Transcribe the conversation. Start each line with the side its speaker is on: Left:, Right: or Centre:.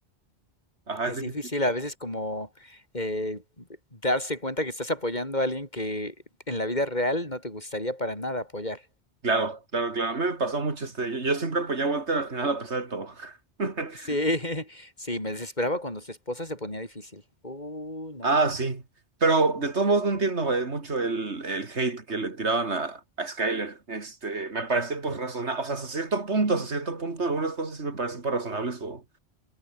Right: Ajá,
Left: Es
Right: es difícil.
Left: difícil a veces como eh, darse cuenta que estás apoyando a alguien que en la vida real no te gustaría para nada apoyar.
Right: Claro, claro, claro. A mí me pasó mucho este. Yo, yo siempre apoyé a Walter al final a pesar de todo. <laughs>
Left: Sí, <laughs> sí, me desesperaba cuando su esposa se ponía difícil. Uh, no,
Right: Ah, sí. Pero
Left: no.
Right: de todos modos no entiendo eh, mucho el, el hate que le tiraban a, a Skyler. Este, me parece pues razonable. O sea, hasta cierto punto, hasta cierto punto, algunas cosas sí me parecen pues razonables o